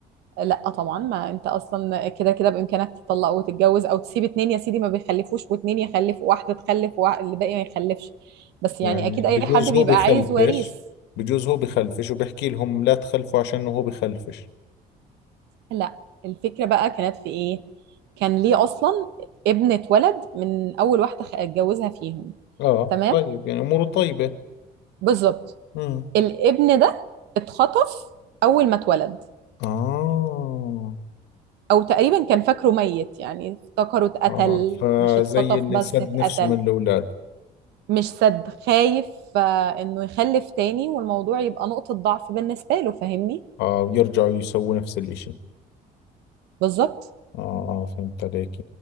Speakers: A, on the right; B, on the left.
A: لا طبعا ما انت اصلا كده كده بامكانك تطلق وتتجوز او تسيب اتنين يا سيدي ما بيخلفوش واتنين يخلف واحده تخلف والباقي ما يخلفش بس
B: يعني
A: يعني اكيد
B: بجوز
A: اي حد بيبقى
B: هو بخلفش
A: عايز وريث
B: بجوز هو بخلفش وبحكي لهم لا تخلفوا عشان هو بخلفش
A: لا الفكره بقى كانت في ايه كان ليه اصلا ابنه ولد من اول واحده خ- اتجوزها فيهم
B: اه
A: تمام
B: طيب يعني اموره طيبة
A: بالظبط
B: امم
A: الابن ده اتخطف اول ما اتولد
B: اه
A: او تقريبا كان فاكره ميت يعني افتكره اتقتل
B: اه فزي
A: مش اتخطف
B: اللي
A: بس
B: سد
A: اتقتل
B: نفسه من الاولاد
A: مش سد خايف آه، انه يخلف تاني والموضوع يبقى نقطة ضعف بالنسبة له فاهمني
B: اه ويرجعوا يسووا نفس الاشي
A: بالظبط
B: اه اه فهمت عليك